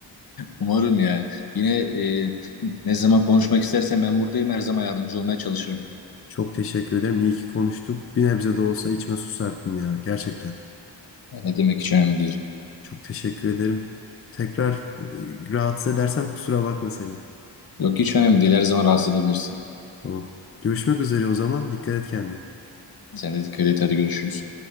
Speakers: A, on the left; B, on the left.
A: Umarım ya. Yine e, ne zaman konuşmak istersen ben buradayım. Her zaman yardımcı olmaya çalışırım.
B: Çok teşekkür ederim. İyi ki konuştuk. Bir nebze de olsa içime su serptin ya. Gerçekten.
A: Yani ne demek hiç önemli değil.
B: Çok teşekkür ederim. Tekrar e, rahatsız edersem kusura bakma seni.
A: Yok hiç önemli değil. Her zaman rahatsız edebilirsin.
B: Tamam. Görüşmek üzere o zaman. Dikkat et kendine.
A: Sen de dikkat et. Hadi görüşürüz.